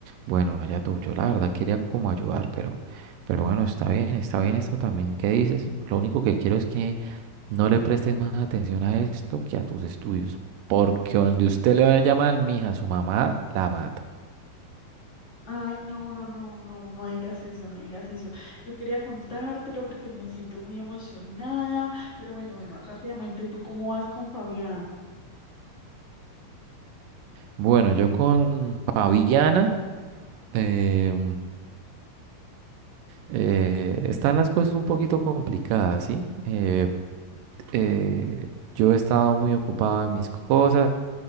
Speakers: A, on the right (about 80°); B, on the left (about 20°).
A: bueno, allá tú. Yo la verdad quería como ayudar, pero, pero bueno, está bien, está bien esto también que dices. Lo único que quiero es que no le prestes más atención a esto que a tus estudios, porque donde usted le vaya a llamar, mija, su mamá la mata.
B: Ay, no, no, no, no, no digas eso, no digas eso. Yo quería contártelo porque me siento muy emocionada, pero bueno, bueno, rápidamente, ¿tú cómo vas con Fabián?
A: Bueno, yo con Fabiana, eh, Eh, están las cosas un poquito complicadas, ¿sí? Eh, eh, yo he estado muy ocupado en mis cosas.